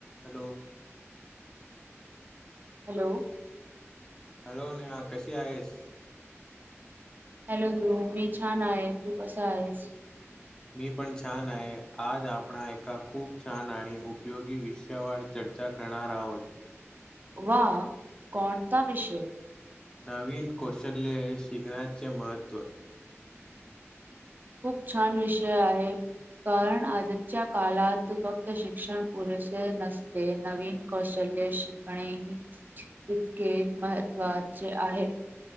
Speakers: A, on the left; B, on the right.
A: Hello.
B: Hello.
A: Hello. Neha कशी आहेस?
B: Hello. Dhruv मी छान आहे. तू कस आहेस?
A: मी पण छान आहे. आज आपणा एका खूप छान आणि उपयोगी विषयावर चर्चा करणार आहोत.
B: वा! कोणता विषय?
A: नवीन कौशल्ये शिकण्याचे महत्त्व.
B: खूप छान विषय आहे. कारण आजच्या कालात फक्त शिक्षण पुरेसे नसते नवीन कौशल्य शिकणे हे तितकेच महत्त्वाचे आहे.